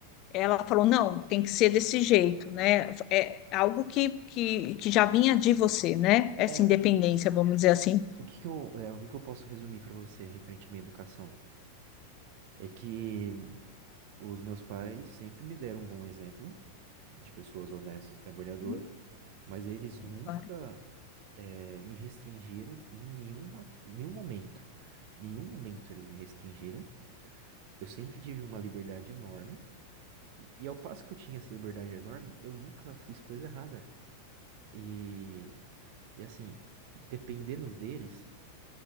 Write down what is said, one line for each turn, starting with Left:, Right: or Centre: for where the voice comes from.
Left: ela falou, não, tem que ser desse jeito, né? É algo que, que, que já vinha de você, né? Essa
Right: É,
Left: independência, vamos dizer assim.
Right: O que que eu, é, o que que eu posso resumir para você referente à minha educação? É que os meus pais sempre me deram um bom exemplo de pessoas honestas e trabalhadoras,
Left: Hum,
Right: mas eles
Left: sim,
Right: nunca
Left: Claro,
Right: é, me restringiram em nenhuma, nenhum momento. Nenhum momento eles me restringiram. Eu sempre tive uma liberdade enorme. E, e ao passo que eu tinha essa liberdade enorme, eu nunca fiz coisa errada. E, e assim, dependendo deles,